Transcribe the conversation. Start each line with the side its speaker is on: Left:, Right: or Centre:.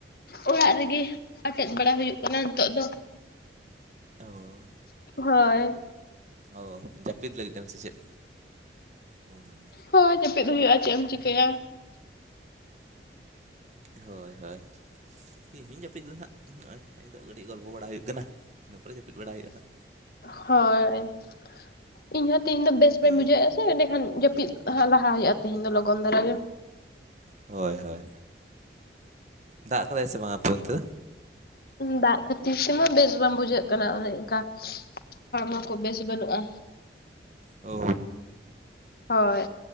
Left: ᱚᱲᱟᱜ ᱨᱮᱜᱮ ᱟᱴᱮᱫ ᱵᱟᱲᱟ ᱦᱩᱭᱩᱜ ᱠᱟᱱᱟ ᱱᱤᱛᱚᱜ ᱫᱚ
Right: ᱚ
Left: ᱦᱳᱭ
Right: ᱚ ᱡᱟᱹᱯᱤᱫ ᱞᱟᱹᱜᱤᱫᱟ ᱮᱢ ᱥᱮᱪᱮᱫ? ᱵᱟᱝ
Left: ᱦᱳᱭ ᱡᱟᱯᱤᱫ ᱦᱩᱭᱩᱜᱼᱟ ᱪᱮᱫ ᱮᱢ ᱪᱤᱠᱟᱹᱭᱟ
Right: ᱦᱳᱭ ᱦᱳᱭ ᱤᱧᱦᱤᱧ ᱡᱟᱹᱯᱤᱫ ᱫᱟᱦᱟᱜ ᱦᱚᱜᱚᱭ ᱱᱤᱛᱚᱜ ᱠᱟᱹᱴᱤᱡ ᱜᱚᱞᱯᱚ ᱵᱟᱲᱟ ᱦᱩᱭᱩᱜ ᱠᱟᱱᱟ ᱤᱱᱟᱹ ᱯᱚᱨᱮ ᱡᱟᱹᱯᱤᱫ ᱵᱟᱲᱟ ᱦᱩᱭᱩᱜᱼᱟ ᱱᱟᱸᱜ
Left: ᱦᱳᱭ ᱤᱧᱦᱚ ᱛᱮᱦᱤᱧ ᱫᱚ ᱵᱮᱥ ᱵᱟᱹᱧ
Right: ᱦᱩᱸ
Left: ᱵᱩᱡᱷᱟᱹᱣᱮᱜᱼᱟ ᱥᱮ ᱮᱰᱮᱠᱷᱟᱱ ᱡᱟᱹᱯᱤᱫ ᱦᱟᱸᱜ ᱞᱟᱦᱟ ᱦᱩᱭᱩᱜᱼᱟ ᱛᱮᱦᱤᱧ ᱫᱚ ᱞᱚᱜᱚᱱ ᱫᱷᱟᱨᱟ ᱜᱮ
Right: ᱦᱳᱭ ᱦᱳᱭ ᱫᱟᱜ ᱠᱟᱫᱟᱭ ᱥᱮ ᱵᱟᱝ ᱟᱯᱮ ᱚᱱᱛᱮ?
Left: ᱫᱟᱜ ᱠᱷᱟᱹᱛᱤᱨ ᱛᱮᱢᱟ ᱵᱮᱥ ᱵᱟᱝ ᱵᱩᱡᱷᱟᱹᱜ ᱠᱟᱱᱟ ᱚᱱᱮ ᱚᱱᱠᱟ ᱦᱚᱲᱢᱚ ᱠᱚ ᱵᱮᱥ ᱵᱟᱹᱱᱩᱜᱼᱟ᱾
Right: ᱦᱚ
Left: ᱦᱳᱭ